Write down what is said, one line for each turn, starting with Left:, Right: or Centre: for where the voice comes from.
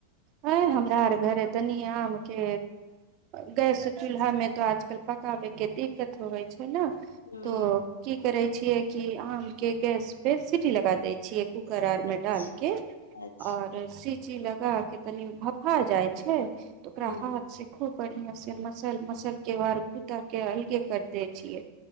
Right: आँ हमरा आर घरे तनि आमके गैस चूल्हामे तऽ आजकल पकाबयके दिक्कत होइत छै। ह ने
Left: हूँ
Right: तऽ की करै। छीिय की आम के गैस पे सीटी लगा दे छी कु। करार मे
Left: अच्छा
Right: डालके
Left: अच्छा
Right: और सीची लग। का। के तनी भफा जाइ छै। तकरा
Left: हँ
Right: हाथ से खोद। बढ़िया से मसल मसल के बार कूत्ता के अलगे कर दे छियै।